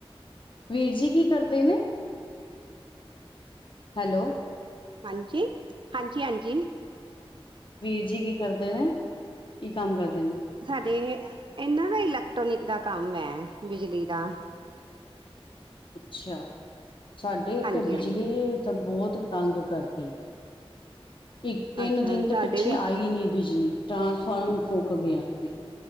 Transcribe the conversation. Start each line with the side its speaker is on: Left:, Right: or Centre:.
Left: ਵੀਰ ਜੀ ਕੀ ਕਰਦੇ ਨੇ ਹੈਲੋ
Right: ਹਾਂਜੀ ਹਾਂਜੀ ਹਾਂਜੀ
Left: ਵੀਰ ਜੀ ਕੀ ਕਰਦੇ ਨੇ ਕੀ ਕੰਮ ਕਰਦੇ ਨੇ
Right: ਸਾਡੇ ਏਹਨਾਂ ਦਾ ਇਲੈਕਟ੍ਰੋਨਿਕ ਦਾ ਕੰਮ ਹੈ ਬਿਜਲੀ ਦਾ
Left: ਅੱਛਾ ਸਾਡੇ ਇੱਥੇ
Right: ਹਾਂਜੀ
Left: ਬਿਜਲੀ
Right: ਹਾਂਜੀ
Left: ਤਾਂ ਬਹੁਤ ਤੰਗ ਕਰਦੀ ਆ ਇੱਕ ਤਿੰਨ
Right: ਅੱਛਾ
Left: ਦਿਨ ਤੇ
Right: ਸਾਡੇ
Left: ਪਿੱਛੇ
Right: ਵੀ
Left: ਆਈ ਨੀ ਬਿਜਲੀ ਟਰਾਂਸਫਾਰਮ ਫੁਕ ਗਿਆ ਸੀ